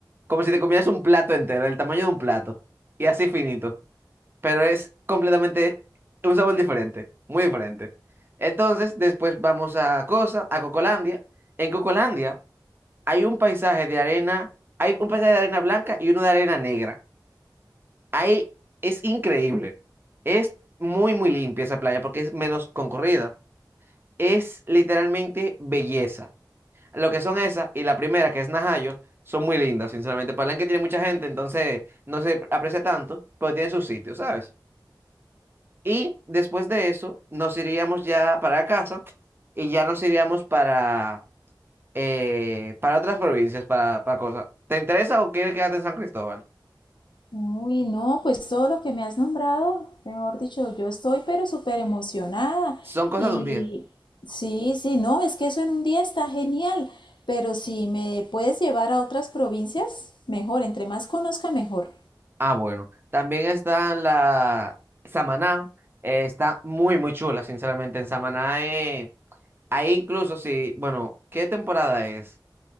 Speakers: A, on the right (about 30°); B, on the left (about 85°).
A: como si te comieras un plato entero, el tamaño de un plato y así finito. pero es completamente un sabor diferente, muy diferente. Entonces, después vamos a cosa, a Cocolandia. En Cocolandia hay un paisaje de arena, hay un paisaje de arena blanca y uno de arena negra. Ahí es increíble. Es muy, muy limpia esa playa porque es menos concurrida. Es literalmente belleza. Lo que son esas y la primera, que es Najayo, son muy lindas, sinceramente. Palenque tiene mucha gente, entonces no se aprecia tanto, pero tiene sus sitios, ¿sabes? Y después de eso, nos iríamos ya para casa y ya nos iríamos para, eh, para otras provincias, para, para cosas. ¿Te interesa o quieres quedarte en San Cristóbal?
B: Uy, no, pues todo lo que me has nombrado, mejor dicho, yo estoy pero súper emocionada.
A: Son cosas
B: Y
A: de un día.
B: sí, sí, no, es que eso en un día está genial, pero si me puedes llevar a otras provincias, mejor, entre más conozca, mejor.
A: Ah, bueno. También está la Samaná. eh, está muy, muy chula, sinceramente. En Samaná, eh, ahí incluso si, bueno, ¿qué temporada es?